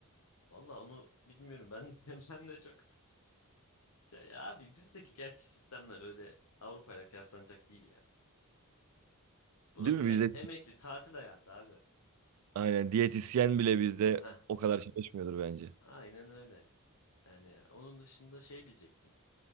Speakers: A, on the left (about 75°); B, on the right (about 85°).
A: Valla onu bilmiyorum. Ben de, <laughs> ben de çok. Ya, ya abi bizdeki gerçi sistemler öyle Avrupa'yla kıyaslanacak değil ya. Burası
B: Değil mi?
A: e-
B: Bizde
A: emekli tatil hayatı abi.
B: aynen diyetisyen bile bizde
A: Heh,
B: o kadar çalışmıyordur bence.
A: aynen öyle. Yani onun dışında şey diyecektim.